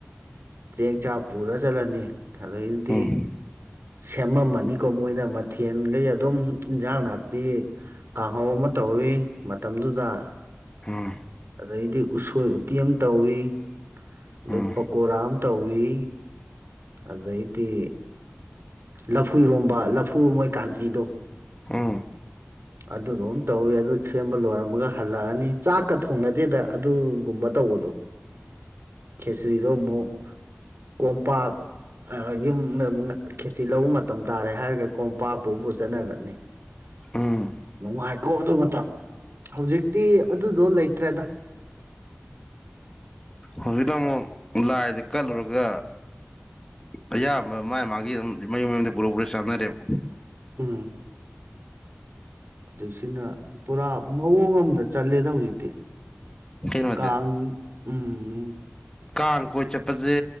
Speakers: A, on the right (about 85°); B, on the left (about 20°).
A: ꯇ꯭ꯔꯦꯡ ꯆꯥꯛ ꯄꯨꯔ ꯆꯠꯂꯅꯤ ꯑꯗꯩꯗꯤ
B: ꯎꯝ
A: ꯁꯦꯝꯃꯝꯃꯅꯤ ꯀꯣ ꯃꯣꯏꯅ ꯃꯊꯦꯜꯈꯩ ꯑꯗꯨꯝ ꯏꯟꯁꯥꯡ ꯅꯥꯄꯤ ꯀꯥꯡꯍꯧ ꯑꯃ ꯇꯧꯋꯤ ꯃꯇꯝꯗꯨꯗ
B: ꯑꯝ
A: ꯑꯗꯩꯗꯤ ꯎꯁꯣꯏ ꯎꯇꯤ ꯑꯃ ꯇꯧꯏ ꯑꯗꯩ
B: ꯎꯝ
A: ꯄꯀꯣꯔꯥ ꯑꯃ ꯇꯧꯏ ꯑꯗꯥꯏꯗꯤ ꯂꯐꯨꯔꯣꯝꯕ ꯂꯐꯨ ꯃꯣꯏ ꯀꯥꯟꯆꯤꯗꯣ
B: ꯑ
A: ꯑꯗꯨꯗꯣ ꯑꯃ ꯇꯧꯋꯤ ꯑꯗꯨ ꯁꯦꯝꯕ ꯂꯣꯏꯔꯝꯃꯒ ꯍꯜꯂꯛꯑꯅꯤ ꯆꯥꯛꯀ ꯊꯣꯡꯅꯗꯦꯗ ꯑꯗꯨꯒꯨꯝꯕ ꯇꯧꯕꯗꯣ ꯈꯦꯁꯔꯤꯗꯣ ꯑꯃꯨꯛ ꯀꯣꯝꯄꯥꯛ ꯌꯨꯝ ꯈꯦꯆꯤ ꯂꯧꯕ ꯃꯇꯝ ꯇꯥꯔꯦ ꯍꯥꯏꯔꯒ ꯀꯣꯝꯄꯥꯛꯄꯨꯕꯨ ꯆꯠꯅꯈ꯭ꯔꯅꯤ <inaudible>
B: ꯎꯝ
A: ꯅꯨꯡꯉꯥꯏꯀꯣ ꯑꯗꯨ ꯃꯇꯝ ꯍꯧꯖꯤꯛꯇꯤ ꯑꯗꯨꯗꯣ ꯂꯩꯇ꯭ꯔꯦꯗ
B: ꯍꯧꯖꯤꯛꯅ ꯑꯃꯨꯛ ꯂꯥꯏꯗ ꯀꯠꯂꯨꯔꯒ ꯑꯌꯥꯝꯕ ꯃꯥ ꯃꯥꯒꯤ ꯑꯗꯨ ꯃꯌꯨꯝ ꯃꯌꯨꯝꯗꯤ ꯄꯨꯔꯥ ꯄꯨꯔ ꯆꯥꯟꯅꯔꯦꯕ
A: ꯎꯝ ꯍꯧꯖꯤꯛꯁꯤꯅ ꯄꯨꯔꯥ ꯃꯑꯣꯡ ꯑꯃꯗ ꯆꯜꯂꯦꯗ ꯍꯧꯖꯤꯛꯇꯤ
B: ꯀꯩꯅꯣꯁꯦ
A: ꯀ ꯎꯝ ꯎ
B: ꯀꯥꯡ ꯀꯣꯏ ꯆꯠꯄꯁꯦ